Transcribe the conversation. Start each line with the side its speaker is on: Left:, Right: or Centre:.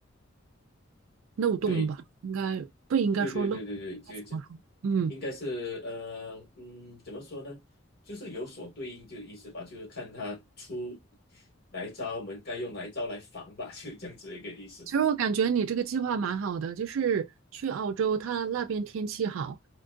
Right: 漏洞吧，
Left: 对
Right: 应该不应该说漏洞，
Left: 对对对对对，
Right: 应该怎么说？
Left: 就是这样，
Right: 嗯，
Left: 应该是呃嗯，怎么说呢？就是有所对应就意思吧，就是看他出哪一招，我们该用哪一招来防吧，就这样子一个意思。
Right: 其实我感觉你这个计划蛮好的，就是去澳洲，它那边天气好。